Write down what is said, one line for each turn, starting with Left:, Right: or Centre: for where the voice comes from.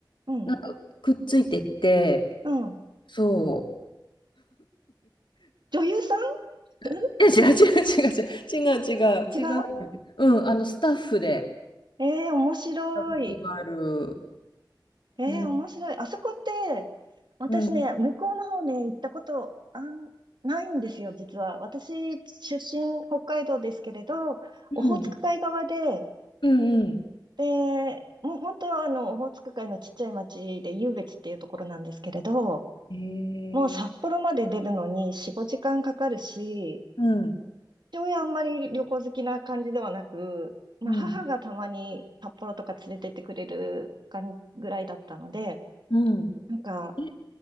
Right: うん、
Left: なんかくっついてって、
Right: うん。
Left: そ
Right: 女優さんん <laughs>
Left: う。え、違う違う違う違う違う違う違う。
Right: 違う
Left: うん、あのスタッフで
Right: ええー、面白い。
Left: やったことがある。
Right: ええー、
Left: うん、
Right: 面白い。あそこって、私ね、
Left: うん、
Right: 向こうの方ね、行ったこと、あん、ないんですよ、実は。私、出身、北海道ですけれど、
Left: うん、
Right: オホーツク海側で、
Left: うん。うん
Right: で、もう本当はあの、オホーツク海のちっちゃい町で、湧別っていうところなんですけれど、
Left: へ
Right: もう札幌まで出るのに4、
Left: え、
Right: 5時間かかるし、
Left: うん、
Right: 父親あんまり旅行好きな感じではなく、まあ、
Left: うん、
Right: 母がたまに札幌とか連れてってくれるかんぐらいだったので、
Left: うん。
Right: なんか、
Left: え、